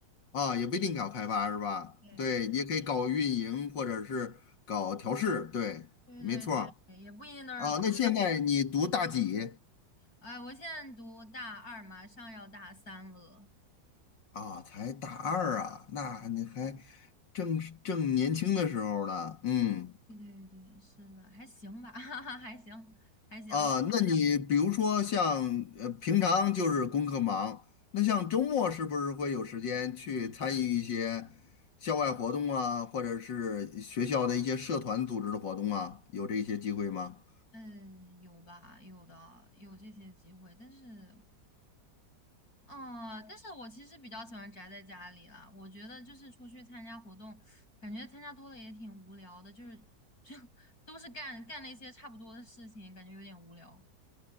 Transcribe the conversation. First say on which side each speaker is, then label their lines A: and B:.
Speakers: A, on the left; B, on the left.
A: 啊，也不一定搞开发是吧？
B: 对，
A: 对，也可以搞运营或者是搞调试，对，
B: 对对对，
A: 没错儿
B: 对也不一定都是搞。
A: 啊，那现在你读大几
B: 哎，我现在读大二，马上要大三了。
A: 啊？才大二啊，那你还正正年轻的时候呢，嗯。
B: 对对对，是的，还行吧，<laughs> 哈哈，还行，还行。
A: 啊，那你比如说像呃，平常就是功课忙，那像周末是不是会有时间去参与一些校外活动啊，或者是学校的一些社团组织的活动啊？有这些机会吗？
B: 嗯，呃有吧，有的，有这些机会，但是。哦，但是我其实比较喜欢宅在家里啦。我觉得就是出去参加活动，感觉参加多了也挺无聊的，就是就 <laughs> 都是干干那些差不多的事情，感觉有点无聊。